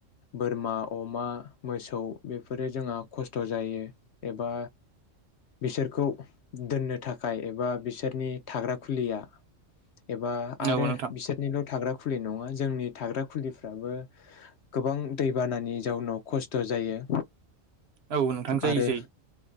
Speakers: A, on the left (about 65°); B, on the right (about 60°).
A: बोरमा अमा मोसौ बेफोरो जोंहा खस्थ' जायो एबा बिसोरखौ दोननो थाखाय एबा बिसोरनि थाग्रा खुलिया एबा आरो
B: औ नोंथां
A: बिसोरनिल' थाग्रा खुलि नङा जोंनि थाग्रा खुलिफ्राबो गोबां दैबानानि जाउनाव खस्थ' जायो।
B: औ नोंथां जायो
A: आरो
B: जायो